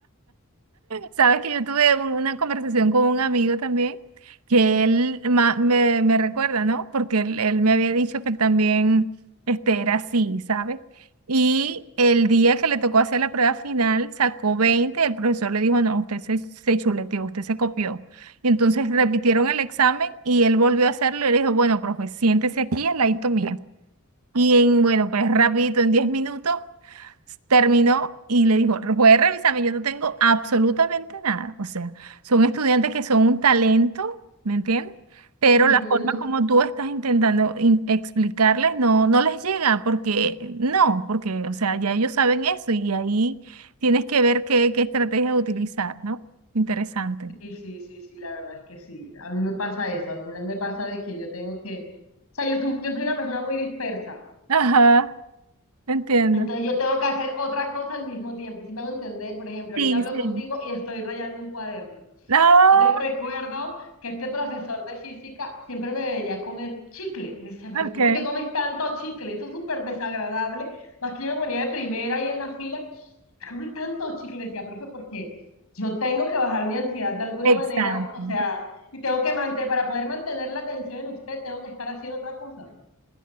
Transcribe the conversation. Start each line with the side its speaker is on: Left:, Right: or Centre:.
Right: Sabes que yo tuve un- una conversación con un amigo también, que él ma- me, me recuerda, ¿no? Porque él, él me había dicho que él también este, era así, ¿sabes? Y el día que le tocó hacer la prueba final, sacó 20. el profesor le dijo, no, usted se, se chuleteó, usted se copió. Y entonces repitieron el examen y él volvió a hacerlo y le dijo, bueno, profe, siéntese aquí al ladito mío. Y en, bueno, pues rapidito, en 10 minutos terminó y le dijo, puede revisarme, yo no tengo absolutamente nada. O sea, son estudiantes que son un talento, ¿me entiendes? Pero
Left: <laughs>
Right: la forma como tú estás intentando in- explicarles no, no les llega porque no, porque, o sea, ya ellos saben eso y ahí tienes que ver qué, qué estrategia utilizar, ¿no? Interesante.
Left: Sí, sí, sí, sí, la verdad es que sí. A mí me pasa eso, a mí me pasa de que yo tengo que, o sea, yo, su- yo soy una persona muy dispersa,
Right: Ajá, entiendo.
Left: entonces yo tengo que hacer otra cosa al mismo tiempo. Si me hago entender, por ejemplo,
Right: Sí,
Left: ahorita hablo
Right: sí.
Left: contigo y estoy rayando un cuaderno.
Right: No,
Left: Entonces recuerdo que este profesor de física siempre me veía comer chicle. Y me decía, pero
Right: ok.
Left: ¿tú por qué comes tanto chicle? Eso es súper desagradable. Más que yo me ponía de primera ahí en la fila come tanto chicle, decía, profe, porque yo tengo que bajar mi ansiedad de alguna
Right: Exacto.
Left: manera, o sea, y tengo que mantener, para poder mantener la atención en usted, tengo que estar haciendo otra cosa.